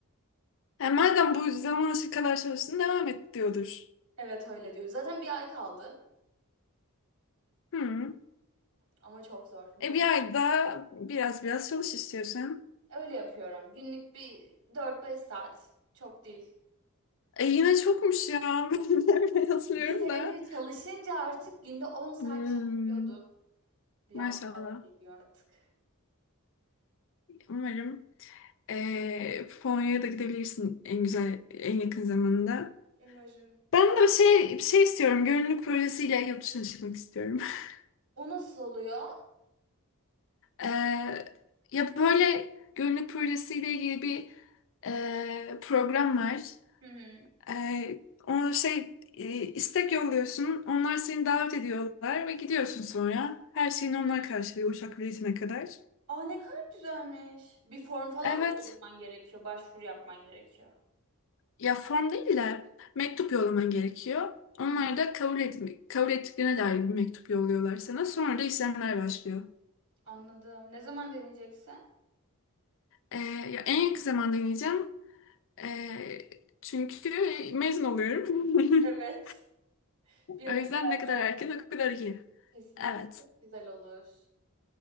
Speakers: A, on the left; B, on the right.
A: Yani madem bu zamana kadar çalıştın devam et diyordur.
B: Evet öyle diyor. Zaten bir ay kaldı
A: Hı.
B: ama çok zor. Mez
A: E bir ay daha biraz biraz çalış istiyorsan.
B: öyle yapıyorum. Günlük bir dört beş saat. Çok değil.
A: E yine çokmuş ya. <laughs> Yazıyorum
B: İki senedir
A: da.
B: çalışınca artık günde on saat
A: Hmm,
B: çalışıyordum. Bir
A: maşallah.
B: anda az geliyor artık.
A: Umarım eee Polonya'ya da gidebilirsin en güzel, en yakın zamanda.
B: Umarım.
A: Ben de şey bir şey istiyorum. Gönüllülük projesiyle yurt dışına çıkmak istiyorum. <laughs>
B: O nasıl oluyor?
A: Ee, ya böyle gönüllülük projesiyle ilgili bir e, program var.
B: Hı hı.
A: Ee, o şey e, istek yolluyorsun. Onlar seni davet ediyorlar ve gidiyorsun sonra. Her şeyini
B: Hmm.
A: onlar karşılıyor uçak biletine kadar.
B: Aa ne kadar güzelmiş. Bir form falan
A: Evet.
B: mı doldurman gerekiyor? Başvuru yapman gerekiyor.
A: Ya form değil de mektup yollaman gerekiyor. Onlar
B: Hmm,
A: da kabul, et, kabul ettiklerine dair bir mektup yolluyorlar sana. Sonra da işlemler başlıyor.
B: anladım. Ne zaman deneyeceksin?
A: Ee, ya en yakın zamanda deneyeceğim. Ee, çünkü mezun oluyorum.
B: Evet.
A: <laughs> O
B: Bir an
A: yüzden
B: önce
A: ne
B: yapmam
A: kadar erken o kadar iyi.
B: kesinlikle
A: Evet,
B: çok güzel olur.